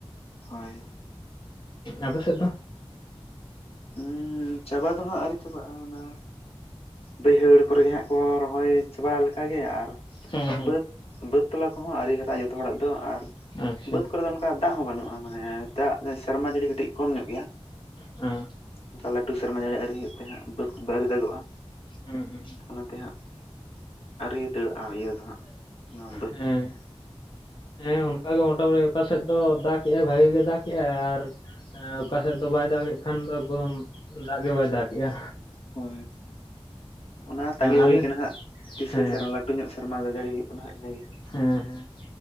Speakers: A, on the left; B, on the left.
A: ᱦᱚᱭ᱾
B: ᱟᱯᱮ ᱥᱮᱫ ᱫᱚ?
A: ᱦᱩᱸᱢ ᱪᱟᱵᱟ ᱫᱚ ᱦᱟᱸᱜ ᱟᱹᱣᱨᱤ ᱪᱟᱵᱟᱜᱼᱟ ᱚᱱᱟ, ᱵᱟᱹᱭᱦᱟᱹᱲ ᱠᱚᱨᱮᱜᱮ ᱦᱟᱸᱜ ᱠᱚ ᱨᱚᱦᱚᱭ ᱪᱟᱵᱟ ᱞᱮᱠᱟᱜᱮ ᱟᱨ
B: ᱦᱩᱸ ᱦᱩᱸ
A: ᱵᱟᱹᱫᱽ ᱵᱟᱹᱛ ᱛᱚᱞᱟ ᱠᱚᱦᱚᱸ ᱟᱹᱣᱨᱤ ᱦᱟᱨᱟᱜᱼᱟ ᱡᱚᱛᱚ ᱦᱚᱲᱟᱜ ᱫᱚ ᱟᱨ,
B: ᱟᱪᱪᱷᱟ
A: ᱵᱟᱹᱫᱽ ᱠᱚᱨᱮ ᱫᱚ ᱱᱚ ᱼᱼᱠᱟ ᱫᱟᱜ ᱦᱚᱸ ᱵᱟᱹᱱᱩᱜᱼᱟ, ᱢᱟᱱᱮ ᱫᱟᱜ ᱫᱟᱭ ᱥᱮᱨᱢᱟ ᱡᱟᱹᱲᱤ ᱠᱟᱹᱴᱤᱡ ᱠᱚᱢ ᱧᱚᱜ ᱜᱮᱭᱟ᱾
B: ᱚᱸ᱾
A: ᱚᱱᱠᱟ ᱞᱟᱹᱴᱩ ᱥᱮᱨᱢᱟ ᱡᱟᱹᱲᱤ ᱦᱟᱸᱜ ᱟᱹᱣᱨᱤ ᱦᱩᱭᱩᱜ ᱛᱮ ᱦᱟᱸᱜ ᱵᱟᱹᱛ ᱠᱚ ᱟᱹᱣᱨᱤ ᱫᱟᱜᱚᱜᱼᱟ᱾
B: ᱦᱩᱸ ᱦᱩᱸ ᱦᱩᱸ᱾
A: ᱚᱱᱟᱛᱮ ᱦᱟᱸᱜ ᱟᱣᱨᱤ <unintelligible> ᱤᱭᱟᱹ ᱫᱚ ᱦᱟᱸᱜ, ᱚᱱᱟ ᱵᱟᱹᱛ᱾
B: ᱦᱮᱸ᱾ ᱦᱮᱸ ᱚᱱᱠᱟ ᱜᱮ ᱢᱚᱴᱟᱢᱩᱴᱤ ᱚᱠᱟ ᱥᱮᱫ ᱫᱚ ᱫᱟᱜ ᱮᱭᱟᱭ ᱵᱷᱟᱜᱮ ᱜᱮ ᱫᱟᱜ ᱮᱭᱟᱭ, ᱟᱨ ᱮᱸ ᱚᱠᱟ ᱥᱮᱫ ᱫᱚ ᱵᱟᱭ ᱫᱟᱜᱮᱜ ᱠᱷᱟᱱ ᱫᱚ ᱮᱠᱫᱚᱢ, ᱫᱟᱜ ᱜᱮ ᱵᱟᱭ ᱫᱟᱜᱮᱜᱼᱟ᱾
A: ᱦᱳᱭ, ᱚᱱᱟ ᱛᱟᱸᱜᱤ
B: ᱟᱞᱮ
A: ᱦᱩᱭ ᱠᱟᱱᱟ ᱦᱟᱸᱜ, ᱛᱤᱥᱮ
B: ᱦᱮᱸ
A: ᱥᱮᱨᱢᱟ <inaudible> ᱴᱩᱧᱚᱜ ᱥᱮᱨᱢᱟ ᱫᱟᱜ ᱡᱟᱹᱲᱤ ᱦᱩᱭᱩᱜ ᱠᱟᱱᱟ ᱦᱟᱸᱜ ᱤᱱᱟᱹᱜᱮ
B: ᱦᱮᱸ ᱦᱮᱸ